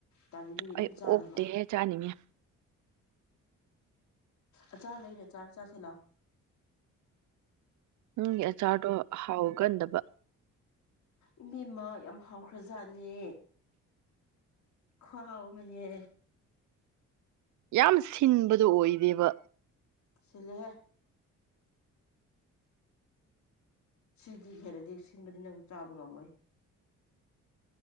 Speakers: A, on the left (about 70°); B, on the right (about 75°).
A: ꯇꯥꯟꯕꯤ ꯑꯗꯨꯝ
B: ꯑꯩ
A: ꯆꯥꯗꯕ
B: ꯑꯣꯛꯇꯦꯍꯦ ꯆꯥꯅꯤꯡꯉꯦ
A: ꯑꯆꯥ ꯂꯩꯔꯦ ꯆꯥ ꯆꯁꯤ ꯂꯥꯛꯑꯣ
B: ꯅꯪꯒꯤ ꯑꯆꯥꯔꯗꯣ ꯍꯥꯎꯒꯟꯗꯕ
A: ꯏꯕꯤꯃ ꯌꯥꯝ ꯍꯥꯎꯈ꯭ꯔꯖꯥꯠꯅꯦ ꯈꯥꯎ ꯑꯃꯅꯦ
B: ꯌꯥꯝ ꯁꯤꯟꯕꯗꯨ ꯑꯣꯏꯗꯦꯕ
A: ꯁꯤꯂꯦꯍꯦ ꯁꯤꯗꯤ ꯈꯦꯔꯗꯤ ꯁꯤꯟꯕꯗꯤ ꯅꯪ ꯆꯥꯕ ꯉꯝꯃꯣꯏ